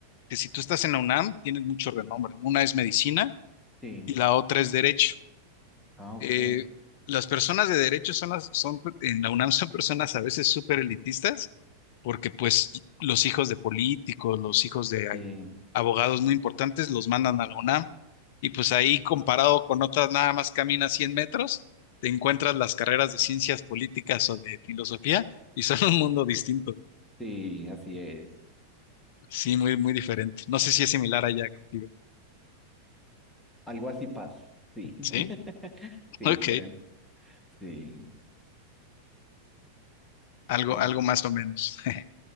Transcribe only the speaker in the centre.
Sí.
Ah, ok.
Sí,
sí, así es.
Algo así pasa. Sí. <laughs>
Sí,
por ejemplo. Sí,
ok.